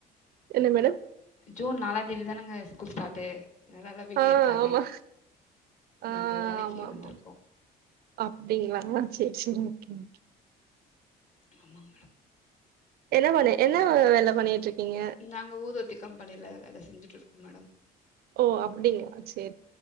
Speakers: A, on the right (about 65°); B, on the left (about 45°).
A: என்ன மேடம்
B: ஜூன் நாலாம் தேதி தான நாங்க ஸ்கூல் ஸ்டார்ட்டு அதனால எல்லா வீட்ல
A: ஆஹ்
B: இருக்காங்க
A: ஆமா ஆஹ்
B: நாங்க வேலைக்கு
A: ஆமா ஆமா
B: வந்திருக்கோ
A: அப்படிங்களாா சரி சரி <inaudible> <inaudible>
B: ஆமாங்க மேடம்
A: என்ன பண்ண
B: அப்றோப்பா
A: என்ன வேல பண்ணிட்டு இருக்கீங்க
B: நாங்க ஊதுவத்தி கம்பெனில வேல செஞ்சுட்டு இருக்கோம் மேடம்
A: ஓ அப்படிங்களா சரி